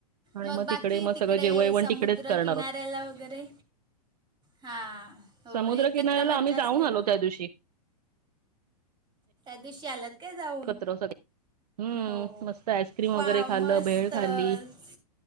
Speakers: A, on the right; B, on the right.
A: आणि
B: मग बाकी
A: मग
B: तिकडे
A: सगळं जेवयवण
B: समुद्र
A: तिकडेच करणार
B: किनाऱ्याला
A: आहोत.
B: वगैरे हां.. हो
A: समुद्रकिनाऱ्याला
B: एकत्र मज्जा
A: आम्ही जाऊन
B: असते
A: आलो
B: ना.
A: त्या दिवशी
B: त्या दिवशी आलात काय जाऊन?
A: एकत्र सगळे हम्म...
B: हो
A: मस्त आईस्क्रीम
B: वाव
A: वगैरे खाल
B: मस्तच
A: भेळ खाली.